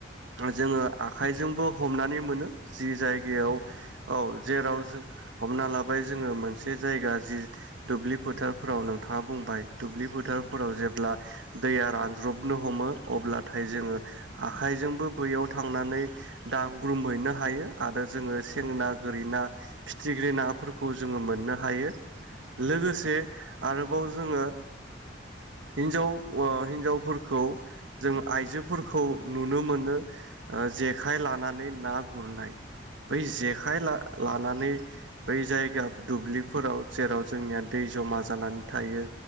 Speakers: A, on the right; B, on the left.
A: जोङो आखाइजोंबो हमनानै मोनो। जि जायगायाव
B: औ
A: औ जेराव जों हमना लाबाय जोङो मोनसे जायगा जि दुब्लि फोथारफोराव नोंथाङा बुंबाय दुब्लि फोथारफोराव जेब्ला दैया रानज्रबनो हमो अब्लाथाय
B: औ
A: जोङो आखाइजोंबो बैयाव थांनानै दांग्रोमहैनो हायो। आरो जोङो सें
B: औ
A: ना, गोरै ना फिथिख्रि नाफोरखौ जोङो मोननो हायो। लोगोसे
B: औ
A: आरोबाव जोङो हिन्जाव हिन्जावफोरखौ जों आइजोफोरखौ नुनो मोनो ओ जेखाइ लानानै ना गुरनाय बै
B: औ
A: जेखाइ
B: नंगौ
A: लानानै बै जायगा दुब्लिफोराव जेराव जोंनिया दै जमा जानानै थायो